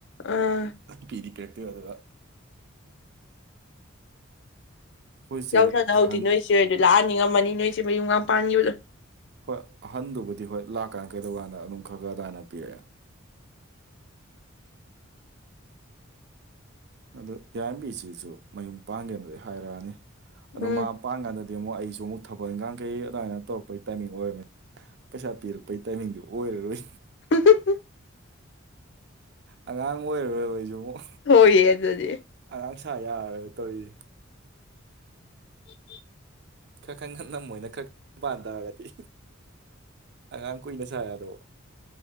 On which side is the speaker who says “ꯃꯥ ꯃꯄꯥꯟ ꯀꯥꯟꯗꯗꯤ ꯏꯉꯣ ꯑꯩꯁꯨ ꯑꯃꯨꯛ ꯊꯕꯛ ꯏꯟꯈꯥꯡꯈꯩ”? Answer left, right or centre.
Right